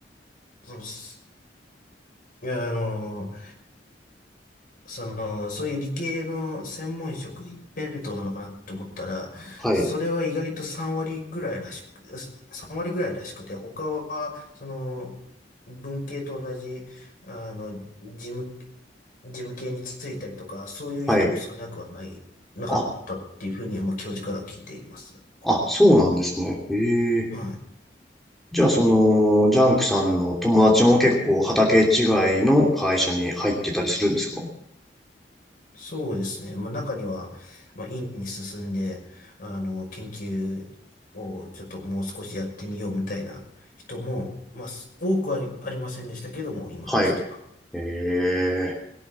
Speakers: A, on the left; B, in the centre.
A: その、すいや、あの、その、そういう理系の専門職一辺倒なのかなって思ったら、
B: はい。
A: それは意外と3割ぐらいらしく、3割ぐらいらしくて、他は、その、文系と同じ、あの、事務、事務系に就いたりとか、そういう人も少なくはない、
B: はい。
A: なかったっていうふうに、
B: あ、
A: まあ、教授からは聞いています。こ
B: あ、そうなんですね。ええ。
A: うはい。
B: じゃあ、その、ジャンクさんの友達も結構畑違いの会社に入ってたりするんですか
A: そうですね。まあ、中には、まあ、院に進んで、あの、研究をちょっともう少しやってみようみたいな人も、まあ、す多くはありませんでしたけども、いました。
B: はい。ええ。